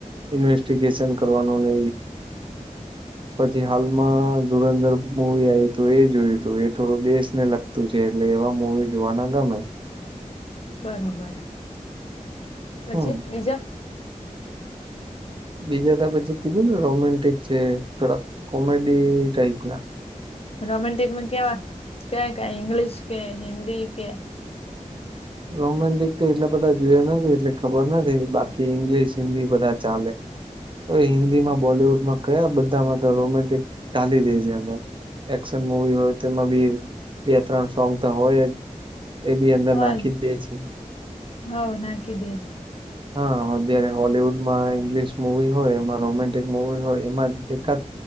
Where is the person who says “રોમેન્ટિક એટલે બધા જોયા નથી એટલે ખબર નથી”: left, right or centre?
Right